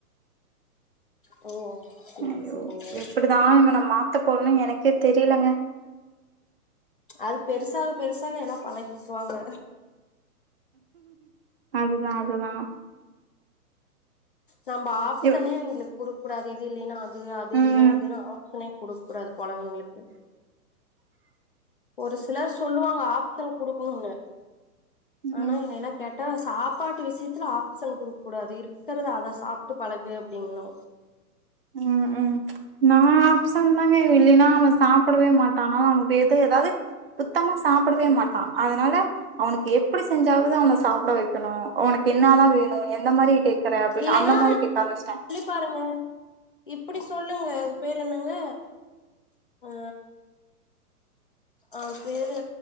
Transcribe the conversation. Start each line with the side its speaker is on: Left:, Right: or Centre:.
Left: ஓ சேரி
Right: அய்யோ
Left: சேரிங்க
Right: எப்படிதா இவன மாத்த போறனு எனக்கே தெரிலங்க
Left: அது பெருசாக பெருசாக எல்லா பழகிக்குவாங்க
Right: அதுதா அதுதா
Left: நம்ப ஆப்சனே
Right: இவ-
Left: எங்களுக் குடுக்கூடாது இது இல்லேன்னா அது அது
Right: ம்
Left: இல்லேனா இதுன்னு ஆப்ஷனே குடுக்க கூடாது கொழந்தைங்களுக்கு ஒரு சில சொல்லுவாங்க ஆப்ஷன் குடுக்கனுனு ஆனா
Right: ம்
Left: என்னைல்லா கேட் டா சாப்பாட்டு விஷயத்துல ஆப்ஷன் குடுக்கக் கூடாது இருக்கறத அத சாப்ட்டு பழகு அப்டிங்கனு
Right: ம் ம் நா ஆப்ஷன் தாங்க இல்லினா நா அவ சாப்பிடவே மாட் டானா எது ஏதாவது சுத்தமா சாப்பிடவே
Left: ம்
Right: மாட்டா அதனால அவனுக்கு எப்டி செஞ்சாவது அவன சாப்ட வக்கணு அவனுக்கு என்னாதா வேணு எந்த மாரி டே க்கற அப்டின்னு
Left: இல்லைன்னா
Right: அந்த மாரி கேக்க ஆரம்பிசிட்டே
Left: பாருங்க இப்பிடி சொல்லுங்க அது பேரு என்னங்க ஆ அ பேரு